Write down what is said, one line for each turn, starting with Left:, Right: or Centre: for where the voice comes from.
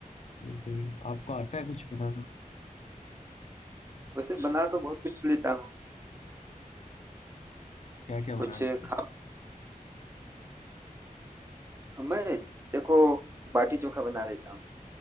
Left: लेकिन आपको आता है कुछ बनाना
Right: वैसे बना तो बहुत कुछ लेता हूँ
Left: क्या क्या बना
Right: कुछ
Left: लेते
Right: खा
Left: हैं
Right: मैं देखो बाटी चोखा बना लेता हूँ